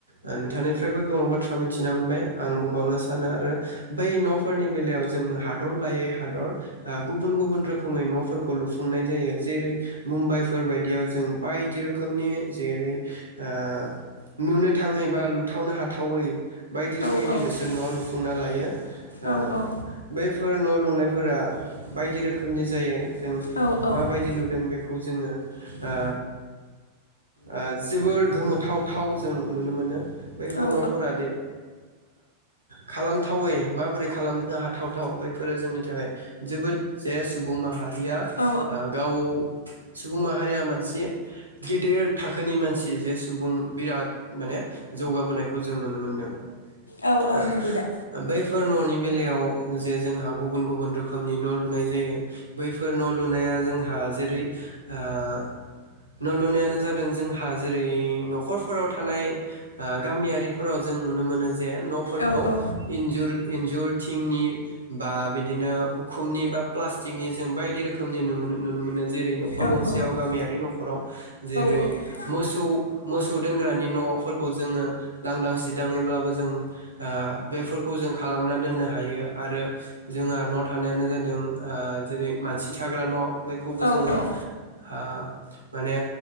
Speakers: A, on the right; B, on the left.
A: ओ नोंथांनिफ्रायबो गोबां बाथ्रा मिथिना मोनबाय आं बुंबावनो सानो आरो बै न'फोरनि बेलायाव जों हादर लायै हादर ओ गुबुन गुबुन रोखोमै न'फोरखौ लुफुंनाय जायो जेरै मुम्बाइफोर बायदियाव जों बायदि रोखोमनि जेरै ओ नुनो थाङै बा लुथावनो हाथावै बायदि रोखोमनि
B: औ औ
A: बेसोर न' लु लुना लायो ओ
B: औ औ
A: बैफोर न' लुनाय फोरा बायदि रोखोमनि जायो जों
B: औ औ
A: माबायदि लुदों बेखौ जोङो ओ ओ जोबोर गोमोथावथाव जों नुनो मोनो बैफोर
B: औ
A: न'फोरादि ओ खालामथावै माबोरै खालामनो हाथावथाव बै फोरो जोंनि थाखाय जोबोद जे सुबुं माहारिया ओ
B: औ
A: गाव सुबुं माहारिया मोनसे गेदेर थाखोनि मानसि जे सुबुं बिराद माने जौगाबोनायखौ जों नुनो मोनदों
B: औ औ
A: ओ
B: नंगौ दा
A: बै न'नि बेलायाव जे जोंहा गुबुन गुबुन रोखोमनि न' लुनाय जायो बैफोर न' लुनाया जोंहा जेरै ओ न' लुनायानो जादों जोंहा जेरै नख'रफोराव थानाय ओ गामियारिफोराव जों नुनो मोनो जे न'फोरखौ
B: औ औ
A: इन्जुर इनजुर थिंनि बा बिदिनो उखुमनि बा प्लास्टिकनि जों बायदि रोखोमनि नु मोनो नुनो मोनो जेरै नख'र
B: औ
A: गंसेयाव
B: औ
A: गामियारि नख'राव जेरै
B: औ
A: मोसौ मोसौ दोनग्रानि न'फोरखौ जोङो लांदां सिदाङैब्लाबो जों ओ बेफोरखौ जों खालामना दोननो हायो आरो जोंहा न' थानायानो जादों ओ जेरै मानसि थाग्रा न' बैखौबो जोङो
B: औ औ
A: ओ माने